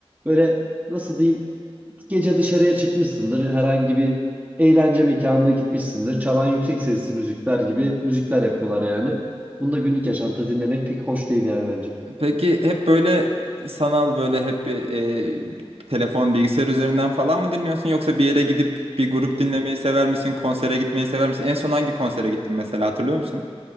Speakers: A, on the right; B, on the right.
A: böyle nasıl diyeyim gece dışarıya çıkmışsındır herhangi bir eğlence mekanına gitmişsindir çalan yüksek sesli müzikler gibi müzikler yapıyorlar yani. Bunu da günlük yaşantıda dinlemek pek hoş değil yani bence.
B: Peki hep böyle sanal böyle hep bir e, telefon bilgisayar üzerinden falan mı dinliyorsun yoksa bir yere gidip bir grup dinlemeyi sever misin? Konsere gitmeyi sever misin? En son hangi konsere gittin mesela hatırlıyor musun?